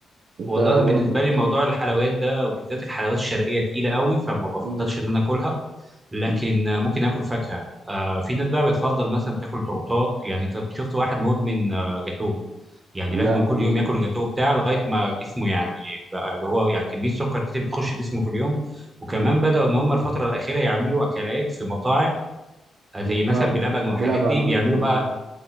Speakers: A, on the right (about 60°); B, on the right (about 20°).
A: أنت
B: والله انا بالنسبه
A: برضو
B: لي موضوع الحلويات ده وبالذات الحلويات الشرقيه تقيله قوي فما بفضلش
A: مم.
B: ان انا اكلها لكن
A: مم.
B: آه، ممكن اكل فاكهه آه، في ناس بقى بتفضل مثلا تاكل تورتات يعني كنت شفت واحد مدمن آه، جاتوه يعني
A: لا
B: لازم كل
A: مم.
B: يوم ياكل الجاتوه بتاعه لغايه ما جسمه يعني بقى اللي هو يعني كميه سكر كتير بتخش جسمه في اليوم وكمان
A: مم.
B: بداوا ان هم الفتره الاخيره يعملوا اكلات في مطاعم آه، زي
A: لا
B: مثلا بلبن والحاجات
A: بلعب
B: دي
A: أنا
B: بيعملوا
A: مم.
B: بقى